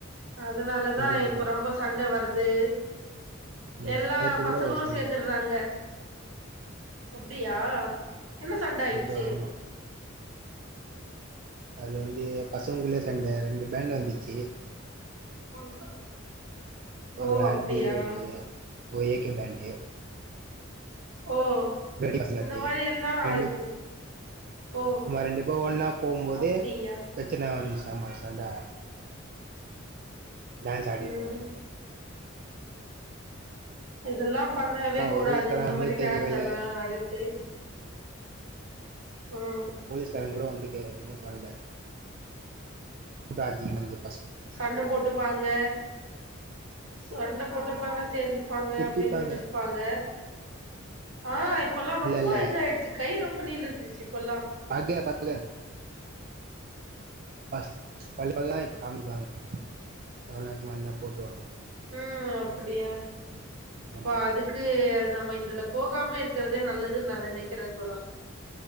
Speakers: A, on the right; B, on the right.
A: அதனாலதா
B: உண்மைதா
A: இப்போ ரொம்ப சண்ட வர்து
B: ஆமா
A: எல்லா
B: நேத்து
A: பசங்களு
B: கூட ஒரு சண்ட
A: சேந்தர்றாங்க அப்டியா என்ன சண்ட ஆயிட்ச்சி
B: நேத்து ஆமா அது வந்து பசங்ககுள்ளயே சண்ட ரெண்டு பேண்டு வந்துச்சி
A: <unintelligible>
B: ஒரு அடி
A: அப்டியா
B: ஒரு ஒரு ஏக்க பேண்டு
A: ஓ
B: வெடிச்சி அப்டியே
A: இந்த மாரி எல்லா
B: ரெண்டு
A: ஆயிருது ஓ
B: நம்ம ரெண்டுப்பா ஒன்னா போவ்ம்போதே
A: அப்டியா
B: பிரச்சனை வந்துச்சாம்மா சண்ட டான்ஸ் ஆடிக்கிட்டு
A: ம்
B: வருமா
A: இதெல்லா பண்ணவே
B: ஆனா ஒரு
A: கூடாது
B: போலீஸ்காரன்
A: இந்த
B: வந்து
A: மாதிரி
B: கேக்கவே
A: டான்ஸ்
B: இல்ல
A: எல்லா ஆடிட்டு ம்
B: போலீஸ்காரங்க கூட வந்து க எதுமே பண்ல உபாதி வந்து
A: சண்ட போட்டுப்பாங்க சண்ட போட்டுப்பாங்க சேந்து ப்பாங்க
B: திட்டிப்பாங்க
A: அப்டின் விட்டுருப்பாங்க ஆ இப்பெல்லா
B: இல்ல
A: ரொம்ப
B: இல்ல
A: இதா ஆயிடுச் சி கை ரொம்ப நீள் இந்துச்சு இப்பெல்லா
B: ஆகயா பர்த்டே ஃபர்ஸ்ட்டு பள்ள பள்ள காமிப்பாங்க எவளாச்சு வாங்னா போட்ருவாங்ளா
A: உம் அப்படியா இப்ப
B: ஆமா
A: அதுக்கு நம்ம இதுல போகாம இருக்கிறதே நல்லதுன்னு நா நெனக்கிறே தோழா